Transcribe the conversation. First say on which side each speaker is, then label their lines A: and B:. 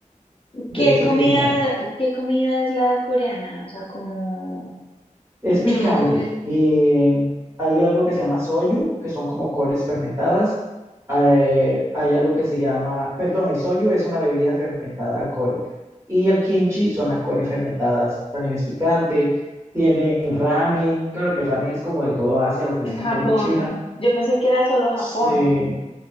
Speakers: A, on the right (about 20°); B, on the left (about 45°).
A: Debe
B: ¿Qué
A: ser
B: comida,
A: genial.
B: qué comida es la coreana? O sea, como
A: Es
B: Yo
A: picante.
B: no comí.
A: Y hay algo que se llama soyu, que son como coles fermentadas. Eh, hay algo que se llama, perdón, el soyu es una bebida fermentada alcohólica. Y el kimchi son las coles fermentadas. También es picante. Tienen ramen. Claro que el ramen es como de todo Asia, lo que
B: en
A: es Japón
B: Japón.
A: y China.
B: Yo pensé que era solo Japón,
A: Sí.